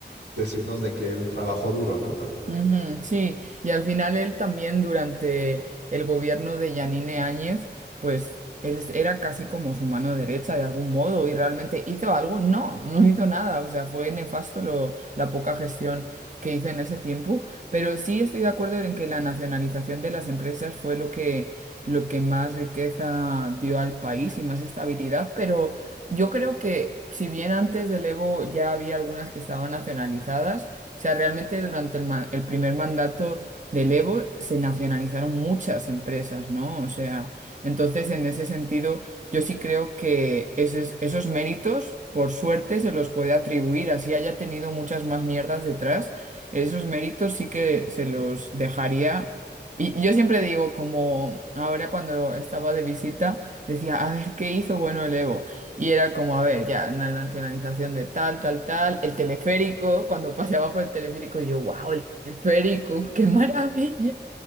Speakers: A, on the right; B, on the right.
A: decirnos de que él trabajó duro, ¿no?
B: Ujú, sí, y al final él también durante el gobierno de Yanine Áñez, pues él es- era casi como su mano derecha de algún modo y realmente hizo algo, no, no hizo nada, o sea, fue nefasto lo, la poca gestión que hizo en ese tiempo, pero sí estoy de acuerdo en que la nacionalización de las empresas fue lo que, lo que más riqueza dio al país y más estabilidad, pero yo creo que si bien antes del Evo ya había algunas que estaban nacionalizadas, sea, realmente durante el, ma- el primer mandato del Evo se nacionalizaron muchas empresas, ¿no? O sea, entonces en ese sentido yo sí creo que esos, esos méritos, por suerte, se los puede atribuir, así haya tenido muchas más mierdas detrás, esos méritos sí que se los dejaría. Y y yo siempre digo, como ahora cuando estaba de visita, decía, a ver, ¿qué hizo bueno el Evo? Y era como, a ver, ya, una nacionalización de tal, tal, tal, el teleférico, cuando paseaba por el teleférico, y yo, wow, el teleférico, <laughs> qué maravilla.